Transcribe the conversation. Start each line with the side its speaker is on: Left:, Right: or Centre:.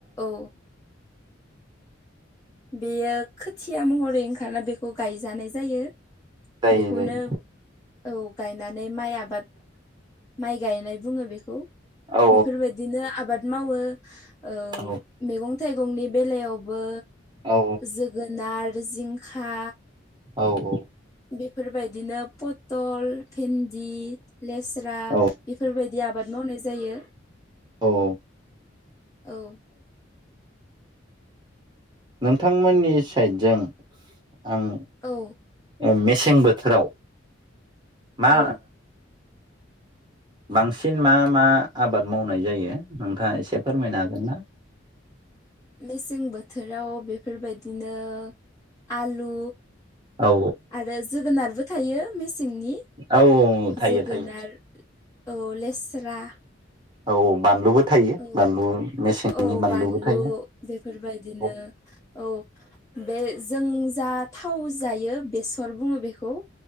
Left: औ बेयो खोथिया महरै ओंखारना बेखौ गायजानाय जायो।
Right: जायो
Left: बेखौनो
Right: जायो
Left: औ गायनानै माइ आबाद माइ गायनाय बुङो बेखौ
Right: औ
Left: बेफोरबायदिनो आबाद मावो ओ
Right: औ
Left: मैगं थाइगंनि बेलायावबो
Right: औ
Left: जोगो नार, जिंखा
Right: औ औ
Left: बेफोरबायदिनो पथल, भेन्दि, लेस्रा
Right: औ
Left: बेफोरबायदि आबाद मावनाय जायो
Right: औ
Left: औ।
Right: नोंथांमोननि साइटजों आं
Left: औ
Right: मेसें बोथोराव मा
Left: औ
Right: बांसिन मा मा आबाद मावनाय जायो नोंथाङा एसे फोरमायनो हागोन ना?
Left: <inaudible> मेसें बोथोराव बेफोरबायदिनो आलु
Right: औ
Left: आरो जोगोनारबो थायो। मेसेंनि
Right: औ थायो
Left: जोगोनार
Right: थायो
Left: औ लेस्रा
Right: औ बानलुबो थायो
Left: औ
Right: बानलु मेसेंनि
Left: औ
Right: बानलुबो
Left: बानलु
Right: थायो
Left: बेफोरबायदिनो
Right: औ
Left: औ बे जों जा थाव जायो। बेसर बुङो बेखौ